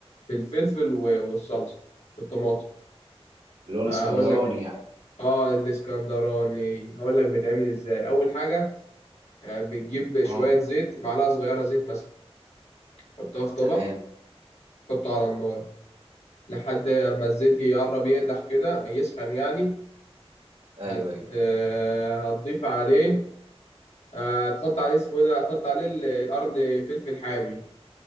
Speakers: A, on the left; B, on the right.
A: بالفلفل و- والصلصة بالطماطم
B: اللي هو الاسكندراني
A: هقول الاسكندر لك
B: يعني
A: اه الاسكندراني هقول لك بيتعمل ازاي اول حاجه آه، بتجيب شويه
B: اه
A: زيت معلقه صغيره زيت مثلا حطها في طبق
B: تمام
A: حطه على النار لحد ما الزيت يقرب يقدح كده يسخن يعني
B: ايوه
A: هت
B: ايوه
A: آه، هتضيف عليه آه، هتحط عليه اسمه إيه ده هتحط عليه ال- قرن فلفل حامي